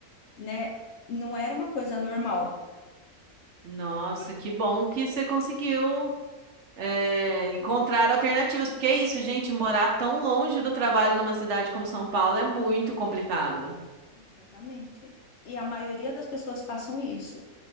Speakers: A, on the left; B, on the right.
A: né? Não era uma coisa normal.
B: Nossa,
A: Por-
B: que bom que você conseguiu é, encontrar alternativas, porque é isso, gente, morar tão longe do trabalho numa cidade como São Paulo é muito complicado.
A: Exatamente. E a maioria das pessoas passam isso.